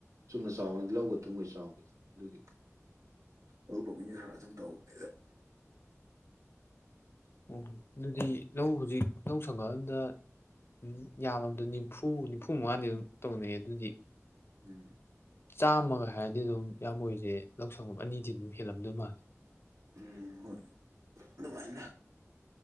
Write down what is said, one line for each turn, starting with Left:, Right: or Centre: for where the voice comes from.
Right: ꯆꯨꯝꯅ ꯆꯥꯎꯕꯅꯤ ꯂꯧꯒ ꯊꯨꯝꯕꯩ ꯆꯥꯎꯕꯦ ꯑꯗꯨꯒꯤ ꯑꯇꯄꯣ ꯅꯦꯁ ꯈꯔ ꯑꯗꯨꯝ ꯇꯧꯕꯅꯦꯗ
Left: ꯑꯣꯣ ꯑꯗꯨꯗꯤ ꯅ ꯍꯧꯖꯤꯛ ꯅꯧ ꯁꯪꯉꯛꯑꯥꯟꯗ ꯎꯝ ꯌꯥꯝꯃꯝꯗ ꯅꯤꯝꯐꯨ ꯅꯤꯐꯨ ꯃꯉꯥꯗꯤ ꯑꯗꯨꯝ ꯇꯧꯅꯩꯌꯦ ꯑꯗꯨꯗꯤ
Right: ꯎꯝ
Left: ꯆꯥꯝꯃꯒ ꯍꯥꯏꯔꯗꯤ ꯑꯗꯨꯝ ꯌꯥꯝꯕꯣꯏꯁꯦ ꯂꯧꯁꯪ ꯑꯅꯤꯗꯤ ꯑꯗꯨꯝ ꯍꯦꯜꯂꯝꯗꯣꯏ ꯃꯥꯜꯂꯦ
Right: ꯎꯝ ꯍꯣꯏ ꯑꯗꯨꯃꯥꯏꯅ